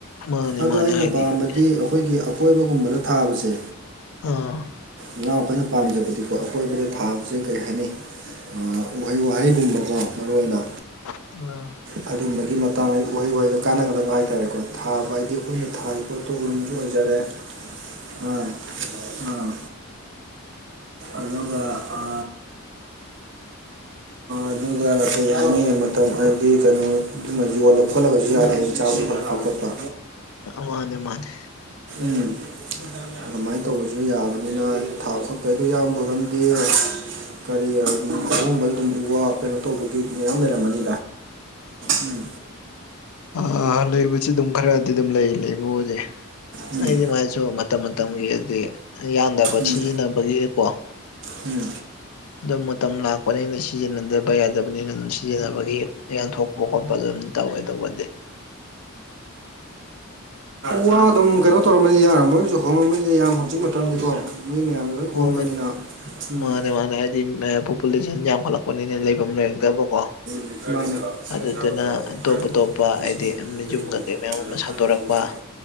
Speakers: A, on the left (about 90°); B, on the right (about 55°).
A: ꯃꯥꯅꯦ
B: ꯑꯗꯣ
A: ꯃꯥꯅꯦ
B: ꯑꯩꯅ
A: ꯍꯥꯏꯗꯤ
B: ꯄꯥꯝꯕꯗꯤ ꯑꯩꯈꯣꯏꯒꯤ ꯑꯀꯣꯏꯕꯒꯨꯝꯕꯗ ꯊꯥꯕꯁꯦ
A: ꯑꯥ
B: ꯅꯅꯥꯎ ꯑꯩꯈꯣꯏꯅ ꯄꯥꯝꯖꯕꯗꯤꯀꯣ ꯑꯀꯣꯏꯕꯗ ꯊꯥꯕꯁꯦ ꯀꯔꯤ ꯍꯥꯏꯅꯩ ꯎꯍꯩ ꯋꯥꯍꯩꯒꯨꯝꯕꯀꯣ ꯃꯔꯨ ꯑꯣꯏꯅ
A: ꯎ
B: ꯑꯗꯨꯝꯕꯒꯤ ꯃꯇꯥꯡꯗꯗꯤ ꯎꯍꯩ ꯋꯥꯍꯩꯗꯣ ꯀꯥꯟꯅꯒꯗꯕ ꯍꯥꯏꯇꯥꯔꯦꯀꯣ ꯊꯥꯕ ꯍꯥꯏꯗꯤ ꯑꯩꯈꯣꯏꯅ ꯄꯣ ꯊꯣꯒꯔꯨꯝꯁꯨ ꯑꯣꯏꯖꯔꯦ ꯑꯥ ꯑꯥ ꯑꯗꯨꯒ ꯑ ꯑꯗꯨꯒ ꯀꯩ ꯍꯥꯏꯅꯤꯡ ꯃꯇꯝ ꯍꯥꯏꯗꯤ ꯀꯩꯅꯣꯗꯨꯅ ꯌꯣꯜꯂ ꯈꯣꯠꯂꯒꯁꯨ ꯌꯥꯔꯦ ꯑꯗꯨꯅ ꯆꯥꯕ ꯈꯣꯠꯄ ꯈꯣꯠꯄ
A: ꯃꯥꯅꯦ ꯃꯥꯅꯦ
B: ꯎꯝ ꯑꯗꯨꯃꯥꯏꯅ ꯇꯧꯕꯁꯨ ꯌꯥꯕꯅꯤꯅ ꯊꯥꯕ ꯈꯣꯠꯄ ꯑꯩꯗꯣ ꯏꯌꯥꯝꯕ ꯑꯣꯏꯝꯗꯤ ꯀꯔꯤꯝ ꯑꯍꯣꯡꯕꯗ ꯑꯗꯨꯝ ꯎꯕ ꯀꯩꯅꯣ ꯇꯧꯕꯒꯤ ꯃꯌꯥꯝ ꯂꯩꯔꯝꯃꯅꯤ ꯎꯝ
A: ꯑ ꯂꯩꯕꯕꯁꯤ ꯑꯗꯨꯝ ꯈꯔꯗꯤ ꯑꯗꯨꯝ ꯂꯩ ꯂꯩꯕꯨ ꯍꯧꯖꯤ
B: ꯎꯝ
A: ꯑꯩꯗꯤ ꯃꯥꯏꯁꯨ ꯃꯇꯝ ꯃꯇꯝꯒꯤ ꯍꯥꯏꯗꯤ ꯌꯥꯟꯗꯕ
B: ꯎꯝ
A: ꯁꯤꯖꯤꯟꯅꯕꯒꯤꯀꯣ
B: ꯎꯝ
A: ꯑꯗꯨ ꯃꯇꯝ ꯂꯥꯛꯄꯅꯤꯅ ꯁꯤꯖꯤꯟꯅꯗꯕ ꯌꯥꯗꯕꯅꯤꯅ ꯑꯗꯨꯝ ꯁꯤꯖꯤꯟꯅꯕꯒꯤ ꯌꯥꯌꯥꯟꯊꯣꯛ ꯈꯣꯠꯄ ꯑꯗꯨꯝ ꯇꯧꯋꯦ ꯇꯧꯕ
B: ꯎ ꯑꯗꯨꯝ ꯀꯩꯅꯣ ꯇꯧꯔꯝꯃꯅꯤ ꯌꯥꯔꯝꯕꯣꯏꯅꯁꯨ ꯍꯣꯡꯉꯝꯃꯅꯤ ꯌꯥꯝ ꯍꯧꯖꯤꯛ ꯃꯇꯝꯗꯤꯀꯣ ꯃꯤ ꯃꯌꯥꯝ ꯂꯣꯏ
A: ꯍꯣꯡꯉꯦ
B: ꯑꯣꯟꯕꯅꯤꯅ ꯎꯝ
A: ꯃꯥꯅꯦ ꯃꯥꯅꯦ ꯍꯥꯏꯗꯤ ꯄꯣꯄꯨꯂꯦꯁꯟ ꯌꯥꯝꯈꯠꯂꯛꯄꯅꯤꯅ ꯂꯩꯐꯝ ꯂꯩꯔꯛꯇꯕꯀꯣ
B: ꯃꯤ ꯈꯔꯗꯤꯀꯣ ꯏꯁꯤꯡ
A: ꯑꯗꯨꯗꯨꯅ
B: ꯑꯁꯥꯕ ꯇꯧꯔꯒ
A: ꯑꯇꯣꯞ
B: ꯑꯣꯠꯈꯥꯏꯌꯣ
A: ꯑꯇꯣꯞꯄ ꯍꯥꯏꯗꯤ ꯌꯨꯝ ꯀꯩꯀꯩ ꯃꯌꯥꯝ
B: ꯃꯅꯝ
A: ꯑꯃ
B: ꯃꯍꯥ
A: ꯁꯥꯗꯣꯔꯛꯄ
B: ꯅꯨꯡꯁꯤꯅꯕ